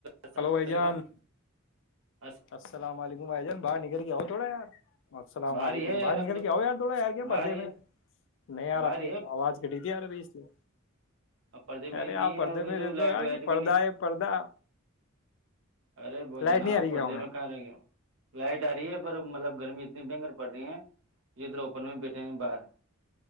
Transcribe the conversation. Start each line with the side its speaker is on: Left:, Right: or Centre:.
Right: السلام
Left: hello بھائی جان
Right: علیکم <unintelligible>
Left: السلام علیکم بھائی جان <unintelligible> باہر نکر گیا ہو تھوڑا یار <unintelligible> السلام
Right: باہر
Left: علیکم
Right: ہی ہے یار
Left: بھائی
Right: ہم
Left: نکل
Right: تو
Left: کیا ہو یار تھوڑا یار کیا پ پرھدے
Right: باہر ہی
Left: میں نہیں یار
Right: باہر
Left: آپ آواز کٹی تھی یار ا بھ اس لیے
Right: ا پردے میں
Left: ارے
Right: نہیں
Left: آپ پردے
Right: ہے ا
Left: میں
Right: تو
Left: رہتے
Right: لائٹ
Left: ہو یار
Right: وائٹ
Left: کہ پردہ
Right: بھی نہیں
Left: ہے پردہ
Right: ارے وہ
Left: لائٹ
Right: جناب
Left: نہیں آ رہی
Right: پردے
Left: گاؤں
Right: میں رہی ہو لائٹ آ رہی ہے پر مطلب گرمی اتنی بنگر پڑ رہی ہے ادھر اوپن میں بیٹھے ہیں باہر <unintelligible>